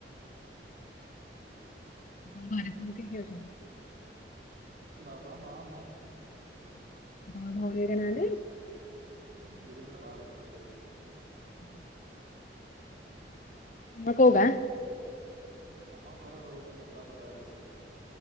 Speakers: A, on the left; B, on the right.
A: <inaudible>
B: ବାବାା ମା ମୁଁ।
A: ଭ ଭଉଣୀହେରିକା ନାହାନ୍ତି।
B: ହୁଁ ଦିଦିଙ୍କର ବାହାଘର ସରିଯାଇଛି।
A: ହ କୋଉ ଗାଁ?
B: ଆମ ଘର ରହୁଛି କେନ୍ଦ୍ରାପଡ଼ା ଆଡେ ରହୁଛ।